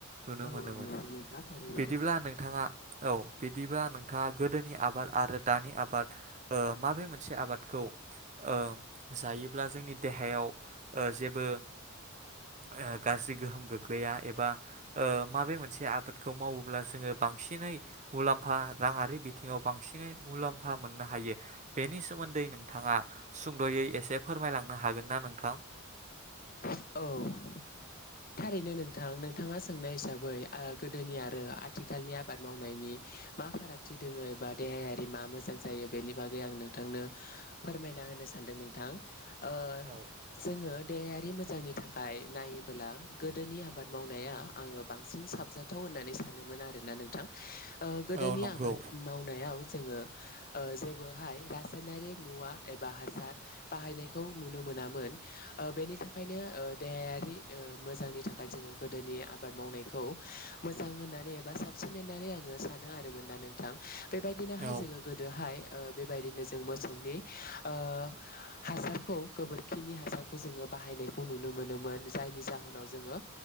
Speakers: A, on the right (about 35°); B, on the left (about 40°).
A: नुनो
B: औ
A: मोनोमोन।
B: औ नंगौ नोंथां थारैनो
A: बिदिब्ला नोंथाङा औ बिदिबा नोंथाङा गोदोनि आबाद आरो दानि आबाद ओ माबे मोनसे आबादखौ ओ जायोब्ला जोंनि देहायाव ओ जेबो ओ गाज्रि गोहोम गोग्लैया एबा ओ माबे मोनसे आबादखौ मावोब्ला जोङो बांसिनै मुलाम्फा राङारि बिथिङाव बांसिनै मुलाम्फा मोननो हायो बेनि सोमोन्दै नोंथाङा सुंद'यै एसे फोरमायलांनो हागोन ना नोंथां?
B: औ थारैनो नोंथां नोंथाङा सोंनाय हिसाबै आ गोदोनि आरो आथिखालनि आबाद मावनायनि मा फारागथि दोङो एबा देहायारि मा मोजां जायो बेनि बागै आं नोंथांनो फोरमायना होनो सानदों नोंथां। ओ
A: औ
B: जोङो देहायारि मोज जांनि थाखाय नायोबोला गोदोनि आबाद मावनाया आङो बांसिन साबजाथाव होननानै सानोमोन आरोना नोंथां। ओ गोदोनि
A: औ नंगौ
B: आबाद मावनायाव जोङो ओ जेबोहाय राज रासायनायारि मुवा एम बा हासार बाहायनायखौ नुनो मोनामोन बेनि थाखाय थाखायनो देहायारि मोजांनि थाखाय जोङो गोदोनि आबाद मावनायखौ मोजां होननानै एबा साबसिन होननानै आङो सानो आरो मोना नोंथां। बेबायदिनोहाय
A: औ
B: जोङो गोदोहाय ओ बेबायदिनो जों मोसौनि ओ हासारखौ गोबोरखिनि हासारखौ जोङो बाहायनायखौ नुनो मोनोमोन जायनि जाहोनाव जोङो